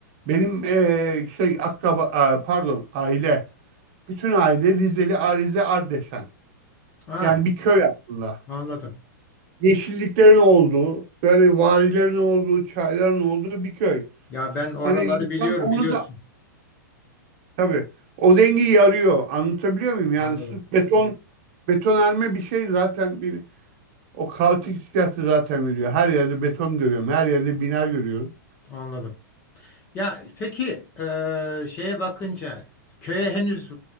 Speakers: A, on the right; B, on the left.
A: Benim e, şey akraba a, pardon aile. Bütün aile Rizeli Arize Ardeşen.
B: Ha,
A: Yani bir köy aslında.
B: anladım.
A: Yeşilliklerin olduğu, böyle vadilerin olduğu, çayların olduğu bir köy.
B: Ya ben oraları
A: Hani Evet. insan
B: biliyorum,
A: onu
B: biliyorsun.
A: da Tabii. O dengeyi arıyor. Anlatabiliyor muyum? Yani
B: Anladım,
A: sırf beton betonarme bir şey zaten bir o kaotik hissiyatı zaten veriyor. Her yerde beton görüyorum. Her yerde bina görüyorum.
B: anladım. Ya peki e, şeye bakınca köye henüz